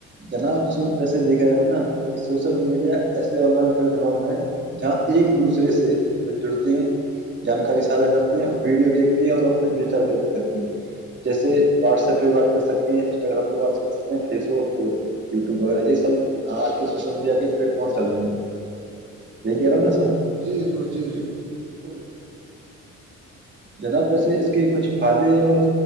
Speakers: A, on the right (about 35°); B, on the right (about 65°).
A: جناب جیسے دیکھا جائے نا کہ سوشل میڈیا ایسے آن لائن پلیٹ فارم ہے جہاں ایک دوسرے سے مل جڑتے ہیں جانکاری ساھا کرتے ہیں اور ویڈیو دیکھتے ہیں اور اپنے وچار ویکت کرتے ہیں جیسے واٹس ایپ پہ بات کر سکتی ہیں انسٹاگرام پہ بات کر سکتے ہیں فیس بک یوٹیوب وغیرہ یہ سب ہ آج کل سوشل میڈیا کے پلیٹ فارم چل رہے ہیں یہی کہہ رہا ہوں نا
B: جی
A: سر
B: جی ضور جی ضور بلیے <unintelligible>
A: جناب ویسے اس کے کچھ فائدے اور